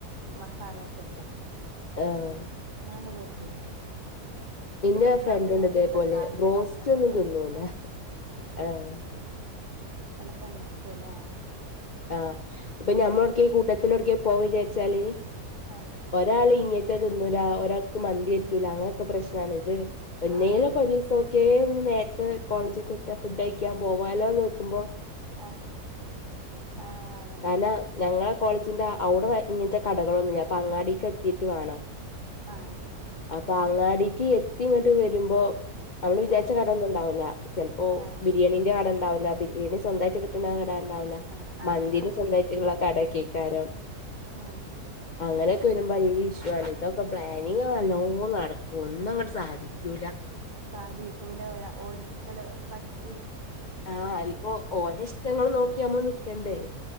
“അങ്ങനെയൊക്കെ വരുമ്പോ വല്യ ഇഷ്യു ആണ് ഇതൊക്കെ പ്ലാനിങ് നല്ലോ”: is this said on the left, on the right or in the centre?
Left